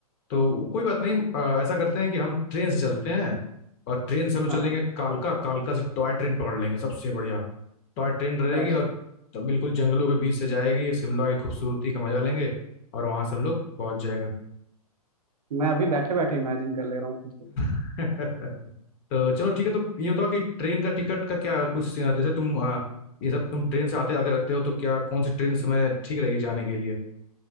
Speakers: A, on the left; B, on the right.
A: तो कोई बात नहीं अ, ऐसा करते हैं कि हम ट्रेन से चलते हैं और ट्रेन से हम चलेंगे
B: हाँ हाँ
A: कालका कालका से टॉय ट्रेन पकड़ लेंगे सबसे बढ़िया टॉय ट्रेन रहेगी
B: बस
A: और तब बिल्कुल जंगलों के बीच से जाएगी शिमला की खूबसूरती का मजा लेंगे और वहां से हम लोग पहुंच जाएंगे
B: मैं अभी बैठे बैठे इमेजिन कर ले रहा हूँ खुद
A: <laughs> तो चलो ठीक है तो ये बताओ कि ट्रेन का टिकट का क्या कुछ जैसे तुम अ, ये सब तुम ट्रेन से आते जाते रहते हो तो क्या कौन सी ट्रेन समय ठीक रहेगी जाने के लिए